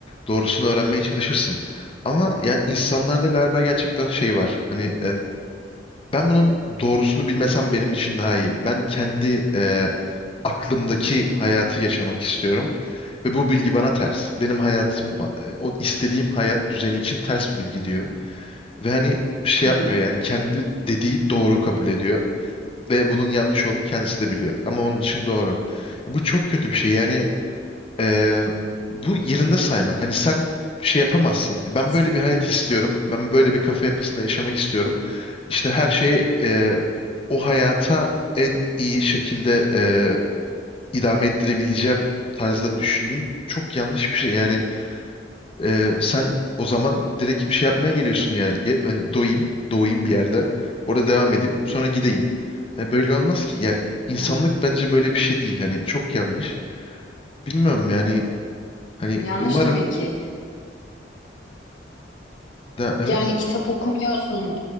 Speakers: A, on the left; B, on the left.
A: doğrusunu öğrenmeye çalışırsın. Ama yani insanlarda galiba gerçekten şey var. Hani ben bunun doğrusunu bilmesem benim için daha iyi. Ben kendi e, aklımdaki hayatı yaşamak istiyorum ve bu bilgi bana ters. Benim hayatım e, o istediğim hayat düzeni için ters bir bilgi diyor. Ve hani şey
B: Hı
A: yapmıyor
B: hı.
A: yani kendi dediği doğru kabul ediyor ve bunun yanlış olduğunu kendisi de biliyor ama onun için doğru. Bu çok kötü bir şey yani e, bu yerinde saymak. Hani sen bir şey yapamazsın. Ben
B: Kesinlikle.
A: böyle bir hayat istiyorum. Ben böyle bir kafa yapısında yaşamak istiyorum. İşte her şeye e, o hayata en iyi şekilde e, idame ettirebileceğim tarzda düşüneyim. Çok yanlış bir şey. Yani e, sen o zaman direkt bir şey yapmaya geliyorsun yani. Ye- hani doyayım, doğayım bir yerde. Orada devam edeyim, sonra gideyim. Hani böyle olmaz ki. Ya insanlık
B: Aynen.
A: bence böyle bir şey değil. Hani çok yanlış. Bilmiyorum yani. Hani
B: Yanlış
A: umarım
B: tabii ki.
A: da evet.
B: Yani kitap okumuyorsun,